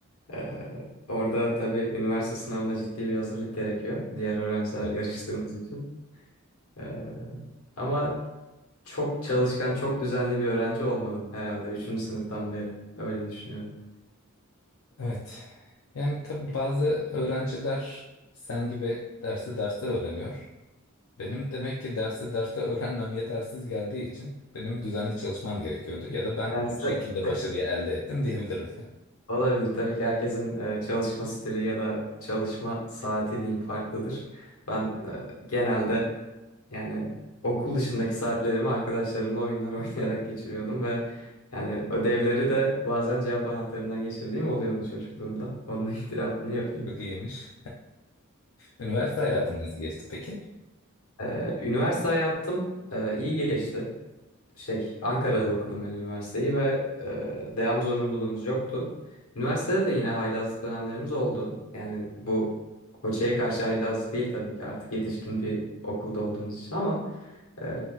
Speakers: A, on the left; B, on the left.
A: E, orada tabii üniversite sınavına ciddi bir hazırlık gerekiyor. Diğer öğrencilerle
B: Evet.
A: yarıştığımız için. E, ama çok çalışkan, çok düzenli bir öğrenci olmadım herhalde üçüncü sınıftan beri. Öyle düşünüyorum.
B: Evet. Yani tabii bazı öğrenciler sen gibi dersi derste öğreniyor. Benim demek ki derse derste öğrenmem yetersiz geldiği için benim düzenli çalışmam gerekiyordu. Ya da ben
A: Derste,
B: bu şekilde başarıyı elde ettim diyebilirim. <laughs>
A: Olabilir. Tabii ki herkesin e, çalışma stili ya da çalışma saati diyeyim farklıdır. Ben e, genelde yani okul dışındaki saatlerimi arkadaşlarımla oyunlar <laughs> oynayarak geçiriyordum ve yani ödevleri de bazen cevap anahtarından geçirdiğim oluyordu çocukluğumda. Onun <laughs> itirafını yapayım.
B: Çok iyiymiş. Üniversite hayatın
A: E,
B: nasıl geçti peki?
A: e, üniversite hayatım e, iyi geçti. şey Ankara'da okudum ben üniversiteyi ve e, devam zorunluluğumuz yoktu. Üniversitede de yine haylazlık dönemlerimiz oldu. Yani bu hocaya karşı haylazlık değil tabii ki artık yetişkin bir okulda olduğumuz için ama e,